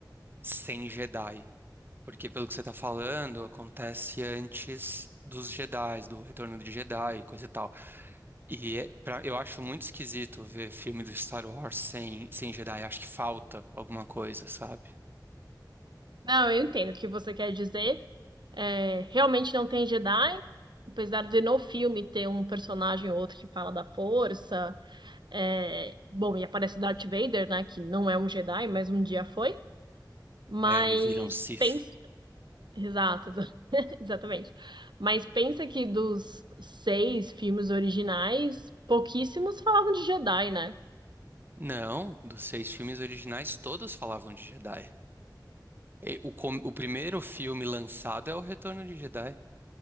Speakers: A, on the right (about 30°); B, on the right (about 80°).
A: sem Jedi. Porque pelo que você tá falando, acontece antes dos Jedi, do Retorno de Jedi, e coisa e tal. E é pra- eu acho muito esquisito ver filme do Star Wars sem, sem Jedi. Acho que falta alguma coisa, sabe?
B: Não, eu entendo o que você quer dizer. É, realmente não tem Jedi, apesar de no filme ter um personagem ou outro que fala da força. é, bom, e aparece o Darth Vader, né? Que não é um Jedi, mas um dia foi. Mas
A: É, ele vira um Sith.
B: pens- Exato, exa- <laughs> exatamente. Mas pensa que dos seis filmes originais, pouquíssimos falavam de Jedi, né?
A: Não, dos seis filmes originais, todos falavam de Jedi. E o, com- o primeiro filme lançado é o Retorno de Jedi.